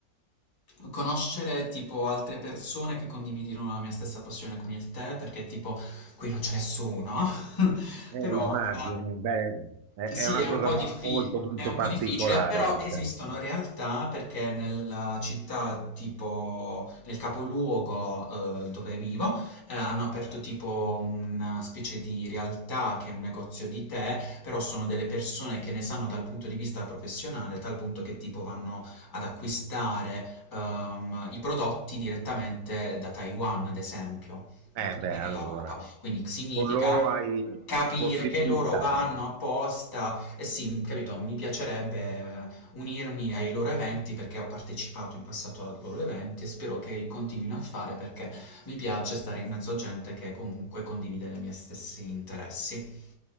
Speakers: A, on the left; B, on the right.
A: conoscere tipo altre persone che condividono la mia stessa passione con il tè, perché tipo qui non c'è nessuno, <laughs>
B: eh,
A: però
B: immagino, beh, è,
A: eh,
B: è
A: sì,
B: una
A: è
B: cosa
A: un po'
B: mo-
A: diffi-
B: molto, molto
A: è un
B: particolare,
A: po' difficile, però
B: dice.
A: esistono realtà perché nella città, tipo nel capoluogo eh, dove vivo, eh, hanno aperto tipo una specie di realtà che è un negozio di tè, però sono delle persone che ne sanno dal punto di vista professionale, tal punto che tipo vanno ad acquistare ehm, i prodotti direttamente da Taiwan, ad esempio, per
B: Eh,
A: portare
B: beh, allora,
A: la roba. Quindi significa
B: con loro hai
A: capire
B: possibilità.
A: che loro vanno apposta. E sì, capito, mi piacerebbe eh, unirmi ai loro eventi perché ho partecipato in passato ai loro eventi e spero che li continuino a fare perché mi piace stare in mezzo a gente che comunque condivide i miei stessi interessi.